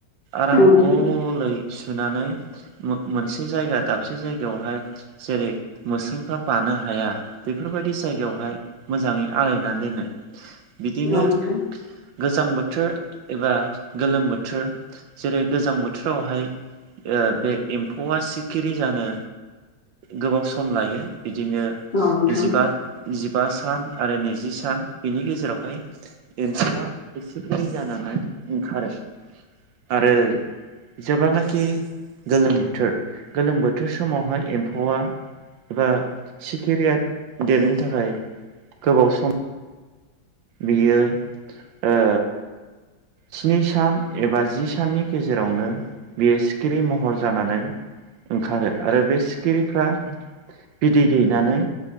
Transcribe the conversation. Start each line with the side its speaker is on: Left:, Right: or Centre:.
Right: आराम
Left: औ नोंथां
Right: गलै सोनानै मोनसे जायगा दाबसे जायगायावहाय जेरै मोसरोमफ्रा बानो हाया बेफोरबायदि जायगायावहाय मोजाङै आलायनानै दोनो बिदिनो
Left: औ नोंथां
Right: गोजां बोथोर एबा गोलोम बोथोर जेरै गोजां बोथोरावहाय ओ बे एम्फौआ सिखिरि जानो गोबाव सम लायो बिदिनो
Left: औ नोंथां
Right: जिबा
Left: औ
Right: जिबा सान आरो नैजि सान बिनि गेजेरावहाय एम्फौआ सिखिरि जानानै ओंखारो आरो जेब्लानाखि गोलोम बोथोर गोलोम बोथोर समावहाय एम्फौआ एबा सिखिरिया देरनो थाखाय गोबाव सम बियो ओ स्नि सान एबा जि साननि गेजेरावनो बियो सिखिरि महर जानानै ओंखारो आरो बे सिखिरिफ्रा बिदै दैनानै